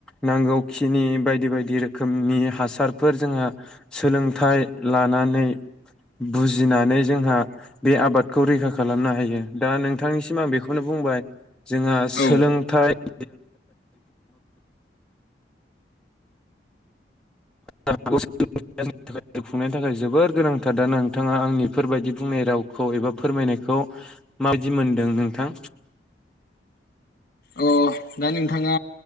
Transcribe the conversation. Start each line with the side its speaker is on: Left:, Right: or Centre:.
Centre: नांगौखिनि बायदि बायदि रोखोमनि हासारफोर जोंहा सोलोंथाइ लानानै बुजिनानै जोंहा बे आबादखौ रैखा खालामनो हायो दा नोंथांनि सिमां बेखौनो बुंबाय जोंहा सोलोंथाइ
Left: औ
Centre: <inaudible> <inaudible> खुंनायनि थाखाय जोबोर गोनांथार दा नोंथाङा आंनि इफोरबायदि बुंनाय रावखौ एबा फोरमायनायखौ माबायदि मोनदों नोंथां?
Left: अ दा नोंथाङा